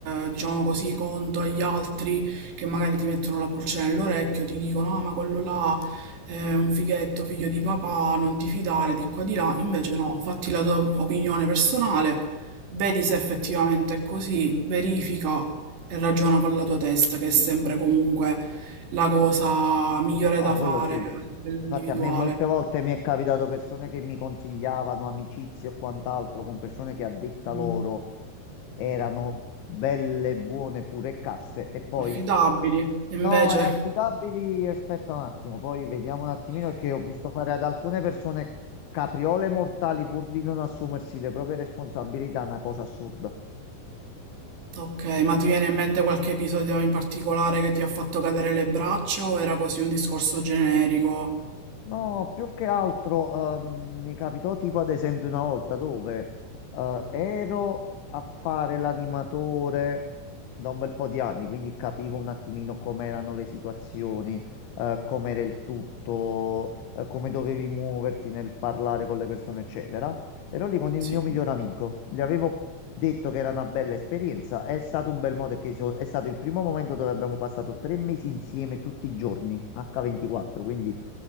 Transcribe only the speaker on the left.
No,
quello
sì.
Infatti
a me molte volte mi è capitato persone che mi consigliavano amicizie o quant'altro con persone che a detta
loro erano belle, buone, pure e caste e poi
No, è affidabili, aspetta un attimo, poi vediamo un attimino perché ho visto fare ad alcune persone capriole mortali pur di non assumersi le proprie responsabilità, una cosa assurda.
No, più che altro ehm, mi capitò tipo ad esempio una volta dove eh, ero a fare l'animatore da un bel po' di anni, quindi capivo un attimino com'erano le situazioni, eh, com'era il tutto, eh, come dovevi muoverti nel parlare con le persone, eccetera. Ero lì con il
mio miglior amico, gli avevo detto che era una bella esperienza. È stato un bel modo che so- è stato il primo momento dove abbiamo passato tre mesi insieme tutti i giorni, H24, quindi